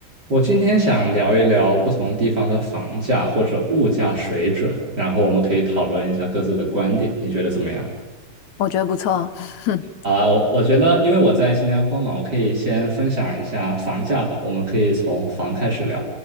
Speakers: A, on the right; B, on the left.
A: 我今天想聊一聊不同地方的房价或者物价水准，然后我们可以讨论一下各自的观点，你觉得怎么样？
B: 我觉得不错。<laughs>
A: 好啊，我我觉得，因为我在新加坡嘛，我可以先分享一下房价吧。我们可以从房开始聊。